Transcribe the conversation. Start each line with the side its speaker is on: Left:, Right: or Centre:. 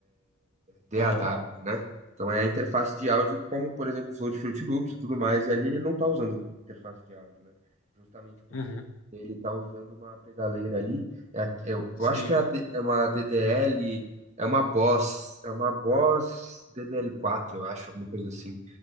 Right: DAW,
Left: aham,
Right: né? Então é a interface de áudio, como por exemplo o Flow de Fruit Loops e tudo mais, e ali ele não está usando interface de áudio, né? Justamente porque
Left: uhum,
Right: ele está usando uma pedaleira ali, é, a- eu,
Left: sim.
Right: eu acho que é, a D- é uma DDL, é uma Boss, é uma Boss DDL4, eu acho, alguma coisa assim